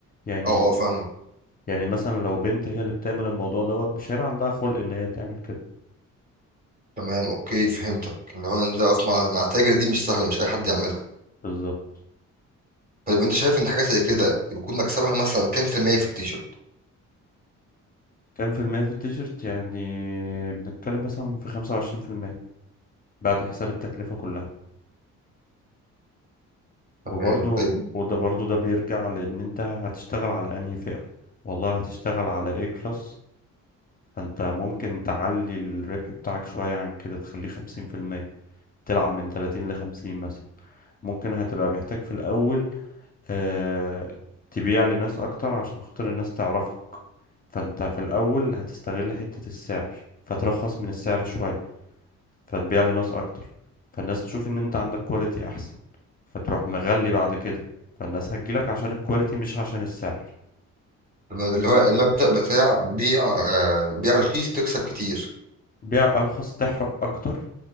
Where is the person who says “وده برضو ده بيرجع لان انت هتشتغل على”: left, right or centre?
Left